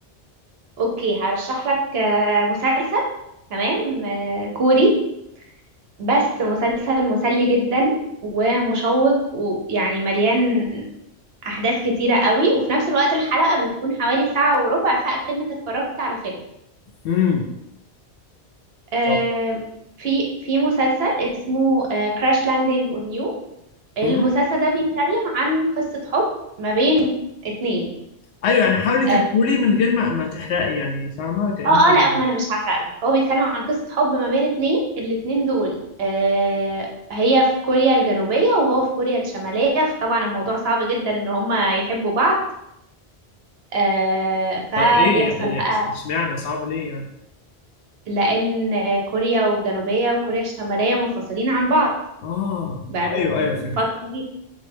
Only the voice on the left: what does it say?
امم
طب
امم
ايوه يعني حاولي
تحكولي من غير ما ما تحرقي يعني فاهمه كأنه
طب ايه يعني
يعني اشمعنى صعب ليه يعني
اه
ايوه ايوه فهمت